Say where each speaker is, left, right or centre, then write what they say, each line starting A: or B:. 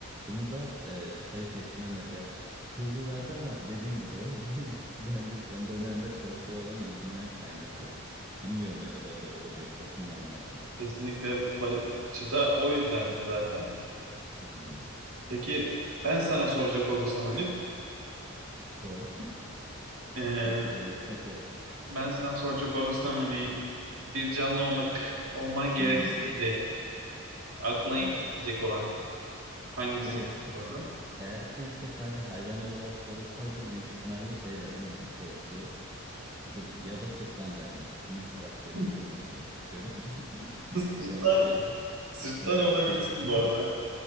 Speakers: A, on the right; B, on the right.
A: Bunu da e, çıtayı seçmenler ya çı- hızı zaten var dediğim gibi o <laughs> bence son dönemde koşuya olan ilginden kaynaklı. Bilmiyorum ne kadar doğru bir okumlama yaptım.
B: Kesinlikle ba- çıta o yüzdendi zaten.
A: Hmm,
B: Peki ben sana soracak olursam Hanif,
A: sor.
B: eee,
A: <laughs> Soracak olursan sor.
B: ben sana soracak olursam hani bir canlı olmak olman gerekseydi
A: Hmm,
B: aklına ilk
A: evet.
B: gelecek olan hangisi
A: Ya bu soru
B: olurdu?
A: eğer ki işte sadece hayvan olarak sorulsaydı büyük ihtimalle şey derdim bal porsu. Çünkü ya da sırtlan derdim. İkisinin karakterini
B: <laughs>
A: kendime benzetiyorum. <laughs>
B: Sırtlar,
A: Yani şeyde
B: sırtlar
A: Evet
B: olabilirsin
A: piyasa.
B: bu arada.
A: <laughs>